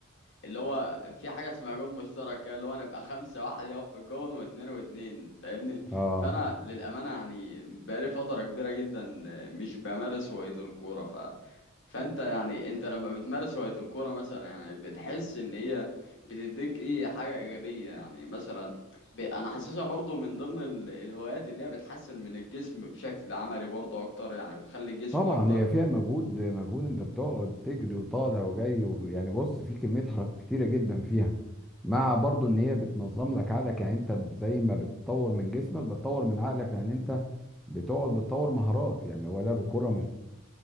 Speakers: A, on the left; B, in the centre.
A: اللي هو في حاجة اسمها جون مشترك كده، اللي هو نبقى خمسة واحد يقف في الجون واتنين واتنين فاهمني
B: اه
A: فأنا للأمانة يعني بقالي فترة كبيرة جدا مش بمارس هواية الكورة ف فأنت يعني أنت لما بتمارس هواية الكورة مثلا يعني بتحس إن هي بتديك إيه حاجة إيجابية يعني مثلا ب... أنا حاسسها برضو من ضمن ال... الهوايات اللي هي بتحسن من الجسم بشكل عملي برضو أكتر يعني بتخلي الجسم
B: طبعا
A: أكتر
B: هي فيها مجهود مجهود انت بتقعد تجري وطالع وجاي و... يعني بص في كميه حركات كتيره جدا فيها مع برضو ان هي بتنظم لك عقلك يعني انت ب- زي ما بتطور من جسمك بتطور من عقلك لان انت بتقعد بتطور مهارات يعني هو لعب الكوره مش